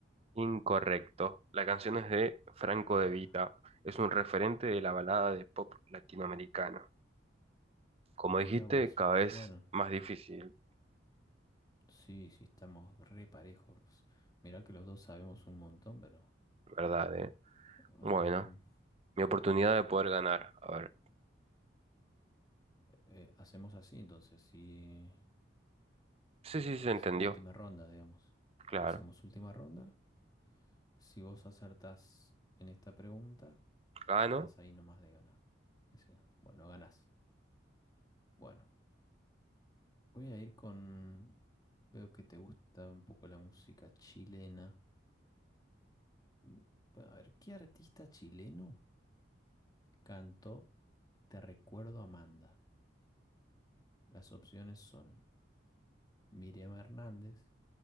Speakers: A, on the right (about 30°); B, on the left (about 20°).
A: Incorrecto. La canción es de Franco
B: Ah,
A: De Vita. Es un referente de la balada de pop latinoamericana. Como
B: mira
A: dijiste,
B: vos.
A: cada vez
B: Bueno,
A: más difícil,
B: Sí, sí, estamos re parejos. Mirá que los dos sabemos un montón, pero
A: ¿verdad? eh?
B: em,
A: Bueno, mi oportunidad de poder ganar. A ver.
B: eh, hacemos así entonces, si,
A: Sí, sí, se
B: si-
A: entendió.
B: última ronda, digamos.
A: Claro.
B: Hacemos última ronda. Si vos acertás en esta pregunta,
A: Gano.
B: estás ahí nomás de ganar. Eh, Sí, bueno, ganás. Bueno, voy a ir con... Veo que te gusta un poco la música chilena. Mm, Bueno, a ver, ¿qué artista chileno cantó Te recuerdo Amanda? Las opciones son... Miriam Hernández,